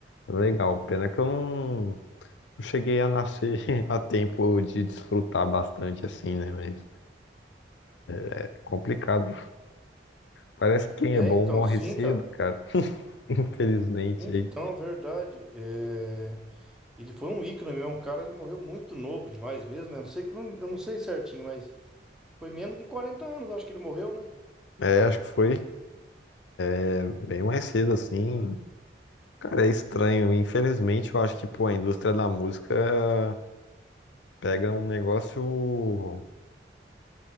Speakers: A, on the left; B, in the centre.
A: legal. Pena que eu não não cheguei a nascer <laughs> a tempo de desfrutar bastante, assim, né? Mas é complicado. Parece que quem
B: é,
A: é bom
B: então,
A: morre
B: sim,
A: cedo,
B: cara.
A: cara. <laughs> Infelizmente,
B: Então,
A: aí.
B: verdade. É. Ele foi um ícone mesmo, um cara, ele morreu muito novo demais mesmo, né? Não sei, eu não eu não sei certinho, mas foi menos de quarenta anos, acho que ele morreu, né?
A: É, acho que foi é, bem mais cedo, assim. Cara, é estranho. Infelizmente, eu acho que, pô, a indústria da música pega um negócio